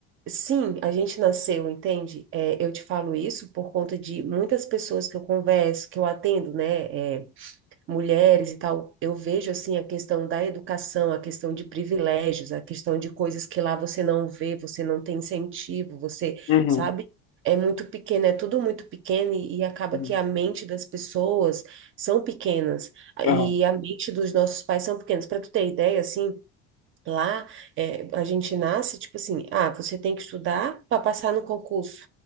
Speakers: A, on the right; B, on the left.
A: sim, a gente nasceu, entende? É, eu te falo isso por conta de muitas pessoas que eu converso, que eu atendo, né? É, mulheres e tal, eu vejo assim a questão da educação, a questão de privilégios, a questão de coisas que lá você não vê, você não tem incentivo, você,
B: Uhum,
A: sabe? É muito pequeno, é tudo muito pequeno e, e acaba
B: uhum,
A: que a mente das pessoas são pequenas
B: aham,
A: e a mente dos nossos pais são pequenas. Para tu ter ideia, assim, lá é, a gente nasce tipo assim, ah, você tem que estudar para passar no concurso.